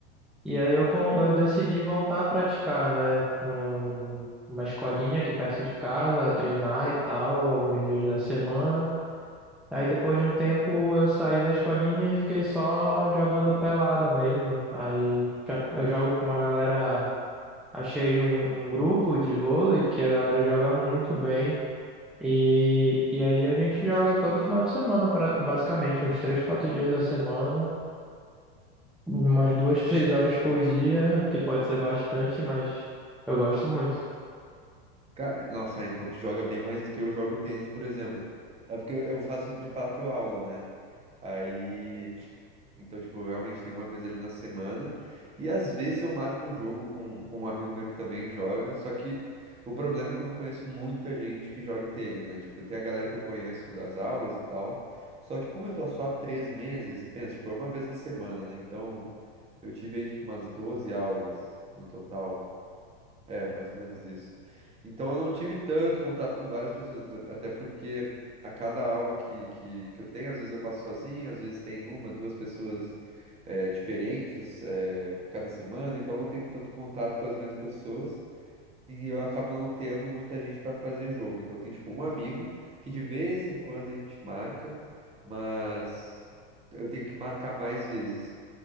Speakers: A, in the centre; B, on the right.
A: E aí eu, com- eu decidi voltar a praticar, né? Num, num- numa escolinha aqui perto de casa, treinar e tal, alguns dias da semana. Aí depois de um tempo eu saí da escolinha e fiquei só jogando pelada mesmo. Aí ca- eu jogo com uma galera, achei um, um grupo de vôlei que a galera joga muito bem. E, e aí a gente joga todo final de semana, pra- basicamente, uns três, quatro dias da semana. Umas duas, <laughs> três horas por dia, que pode ser bastante, mas eu gosto muito.
B: Ca- Nossa, é, então tu joga bem mais do que eu jogo tênis, por exemplo. É porque eu eu faço de fato aula, né? Aí. Então, tipo, realmente tem uma vez ali na semana. E às vezes eu marco um jogo com, com um amigo meu que também joga. Só que o problema é que eu não conheço muita gente que jogue tênis, né? Tipo, tem a galera que eu conheço das aulas e tal. Só que como eu tô só há três meses, e pensa, tipo, é uma vez na semana, né? Então eu tive aí, tipo, umas 12 aulas no total. É, mais ou menos isso. Então eu não tive tanto contato com várias pessoas, até até porque a cada aula que, que, que eu tenho, às vezes eu faço sozinho, às vezes tem uma, duas pessoas eh, diferentes eh, cada semana, então eu não tenho tanto contato com as mesmas pessoas e eu acabo não tendo muita gente para fazer jogo. Então tem tipo um amigo que de vez em quando a gente marca, mas eu tenho que marcar mais vezes.